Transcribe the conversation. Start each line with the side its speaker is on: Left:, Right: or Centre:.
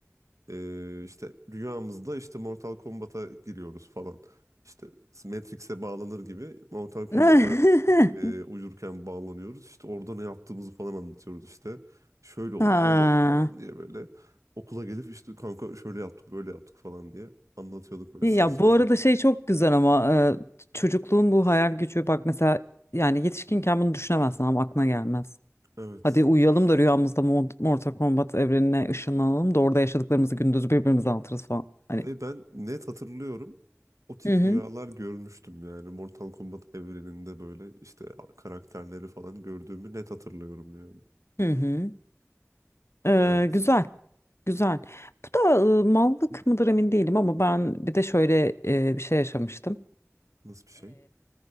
Right: E, işte rüyamızda işte Mortal Kombat'a giriyoruz falan. İşte Matrix'e bağlanır gibi Mortal Kombat'a
Left: <laughs>
Right: e, uyurken bağlanıyoruz. İşte orada ne yaptığımızı falan anlatıyoruz işte. Şöyle oldu,
Left: Ha.
Right: böyle oldu falan diye böyle. Okula gelip işte kanka şöyle yaptık, böyle yaptık falan diye anlatıyorduk böyle
Left: İyi
Right: saçma
Left: Ya bu
Right: sapan.
Left: arada şey çok güzel ama e, çocukluğun bu hayal gücü bak mesela yani yetişkinken bunu düşünemezsin ama aklına gelmez.
Right: Evet.
Left: Hadi uyuyalım da rüyamızda Mo- Mortal Kombat evrenine ışınlanalım da orada yaşadıklarımızı gündüz birbirimize anlatırız falan. Hani.
Right: Ve ben net hatırlıyorum. O tip
Left: Hı hı.
Right: rüyalar görmüştüm yani. Mortal Kombat evreninde böyle işte karakterleri falan gördüğümü net hatırlıyorum yani.
Left: Hı hı. E,
Right: Evet.
Left: güzel. Güzel. Bu da e, mallık mıdır emin değilim ama ben bir de şöyle e, bir şey yaşamıştım.
Right: Nasıl bir şey?